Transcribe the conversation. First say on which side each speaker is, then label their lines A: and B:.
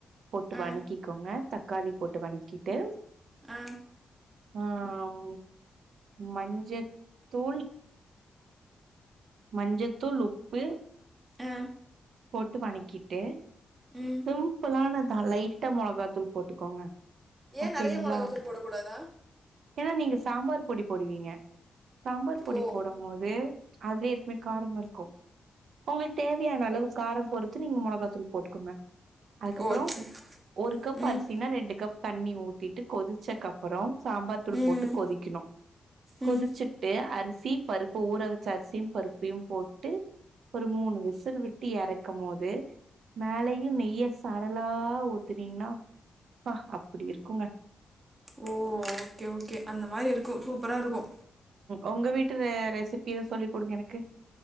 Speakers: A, on the right; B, on the right.
A: போட்டு
B: ஆ
A: வனக்கிக்கோங்க தக்காளி போட்டு வனங்கிட்டு
B: ஆ
A: ஆ ம் மஞ்சத்தூள் மஞ்சத்தூள் உப்பு.
B: ஆ
A: போட்டு வணக்கிட்டு
B: ம்
A: சிம்புளானத் ஆ லைட்டா மொளகாத்தூள் போட்டுக்கோங்க
B: ஏ
A: ஓகேங்களா
B: நெறைய மொளகாத்தூள் போடக்கூடாதா
A: ஏன்னா நீங்க சாம்பார் பொடி போடுவீங்க சாம்பார் பொடி
B: ஓ
A: போடம் போது அதே மேட் காராமா இருக்கு உங்களுக்கு தேவையான அளவு காரம் பொறுத்து நீங்க மொளகாத்தூள் போட்டுக்கோங்க அதுக்கப்புறோ
B: ஓ சே
A: ஒரு கப்
B: ம்
A: அரிசினா ரெண்டு கப் தண்ணி ஊத்திட்டு கொதுச்சக்கப்பறோ சாம்பார் தூள்
B: ம்
A: போட்டு கொதிக்கணு கொதுச்சுட்டு
B: ம்
A: அரிசி பருப்பு ஊற வெச்ச அரிசியும் பருப்பையும் போட்டு ஒரு மூணு விசில் விட் ட்டு எறக்கும் போது மேலயும் நெய்ய சாரலா ஊத்துனீங்கன்னா அப்பா அப்டி இருக்குங்க
B: ஓ ஓகே ஓகே அந்த மாரி இருக்கு சூப்பரா இருக்கு
A: உங்க வீட்டு ரெசிபிலா சொல்லி குடுங்க எனக்கு